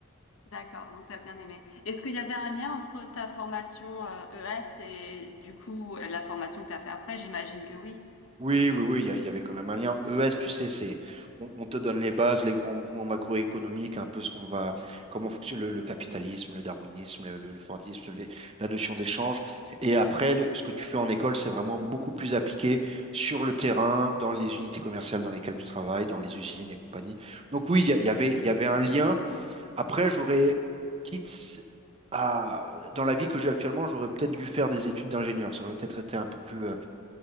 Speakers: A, on the left; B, on the right.
A: D'accord, donc tu as bien aimé. Est-ce qu'il y avait un lien entre ta formation euh, ES et du coup la formation que tu as fait après? J'imagine que oui.
B: Oui, oui, oui, il y, a- il y avait quand même un lien. ES, tu sais, c'est on, on te donne les bases, les grands mouvements macroéconomiques, un peu ce qu'on va, comment fonctionne le, le capitalisme, le darwinisme, le, le, le fordisme, les- la notion d'échange. Et après, le- ce que tu fais en école, c'est vraiment beaucoup plus appliqué sur le terrain, dans les unités commerciales dans lesquelles tu travailles, dans les usines et compagnie. Donc oui, il y, a- il y avait, il y avait un lien. Après, j'aurais, quitte à, dans la vie que j'ai actuellement, j'aurais peut-être dû faire des études d'ingénieur. Ça aurait peut-être été un peu plus euh,